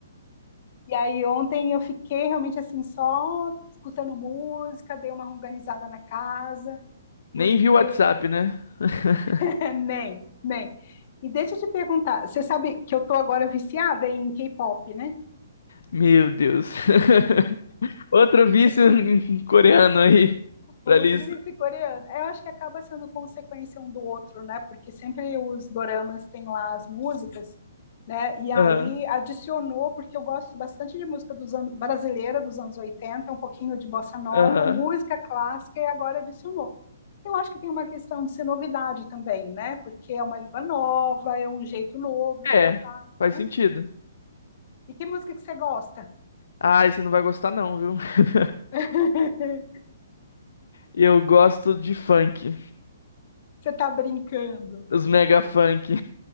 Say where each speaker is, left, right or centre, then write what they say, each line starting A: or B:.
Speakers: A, on the left (about 50°); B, on the left (about 70°).
A: E aí ontem eu fiquei realmente assim só escutando música, dei uma organizada na casa,
B: <laughs>
A: porque
B: Nem vi o WhatsApp, né? <laughs>
A: <laughs> nem, nem. E deixa eu te perguntar, você sabe que eu tô agora viciada em K-pop, né?
B: Meu Deus. <laughs> Outro vício <laughs> coreano aí
A: Outro
B: pra lista.
A: sul-coreano. Eu acho que acaba sendo consequência um do outro, né? Porque sempre os doramas têm lá as músicas, né? E aí
B: Aham,
A: adicionou, porque eu gosto bastante de música dos anos, brasileira dos anos 80, um pouquinho de bossa nova,
B: aham.
A: música clássica, e agora adicionou. Eu acho que tem uma questão de ser novidade também, né? Porque é uma língua nova, é um jeito novo
B: É,
A: de cantar,
B: faz
A: né?
B: sentido.
A: E que música que você gosta?
B: Ai, você não vai gostar não, viu? <laughs>
A: <laughs>
B: Eu gosto de funk,
A: Você tá brincando?
B: os mega funk.